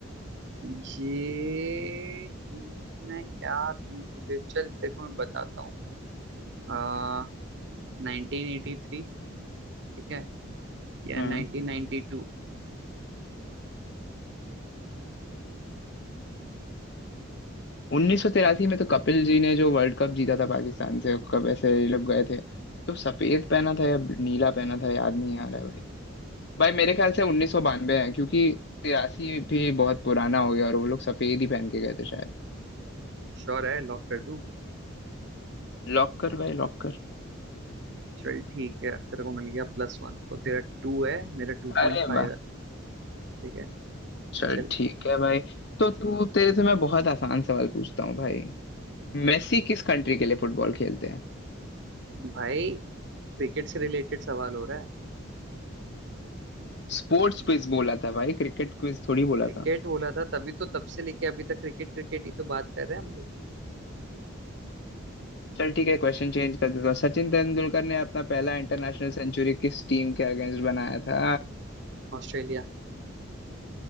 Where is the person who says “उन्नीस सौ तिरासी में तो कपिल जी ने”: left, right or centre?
Left